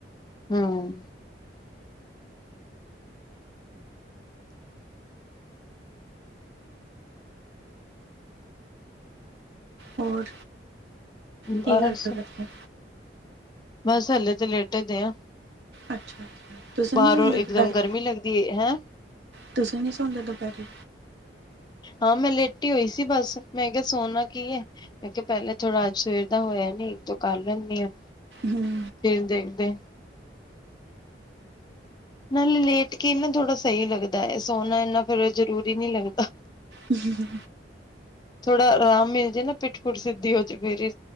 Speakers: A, on the left; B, on the right.
A: ਹਮ
B: ਹੋਰ, ਕੀ
A: ਬਸ
B: ਕਰਦੇ ਬੈਠੇ
A: ਬਸ ਹਲੇ ਤੇ ਲੇਟੇਦੇ ਆਾਂ
B: ਅੱਛਾ ਤੁਸੀਂ
A: ਬਾਹਰੋਂ
B: ਨੀ ਸੌਂਦੇ ਦੁਪਹਿਰੇ
A: ਇੱਕਦਮ ਗਰਮੀ ਲੱਗਦੀ ਹੈ ਹੈਂ
B: ਤੁਸੀਂ ਨੀ ਸੌਦੇ ਦੁਪਹਿਰੇ
A: ਹਾਂ ਮੈਂ ਲੇਟੀ ਹੀ ਹੋਈ ਸੀ ਬਸ, ਮੈਂ ਕਿਹਾ ਸੌਣਾ ਕੀ ਹੈ ਮੈਂ ਕਿਹਾ ਪਹਿਲਾਂ ਥੋੜਾ ਅੱਜ ਸਵੇਰ ਦਾ ਹੋਇਆ ਨਹੀਂ, ਤੋ ਕਰ ਲੈਂਦੇ ਹਾਂ
B: ਹਮ
A: ਫਿਰ ਦੇਖਦੇ ਨਾਲੇ ਲੇਟ ਕੇ ਨਾ ਥੋੜ੍ਹਾ ਸਹੀ ਲੱਗਦਾ ਹੈ, ਸੋਹਣਾ ਇੰਨਾ ਫੇਰ ਜ਼ਰੂਰੀ ਨਹੀ ਲੱਗਦਾ
B: ਹਮ
A: ਥੋੜਾ ਆਰਾਮ ਮਿਲ ਜੇ ਨਾ ਪਿੱਟ ਪੁਠ ਸਿੱਧੀ ਹੋ ਜਾ ਫੇਰ